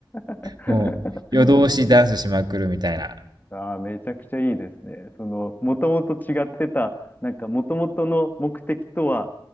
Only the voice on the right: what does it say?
もう夜通しダンスしまくるみたいな。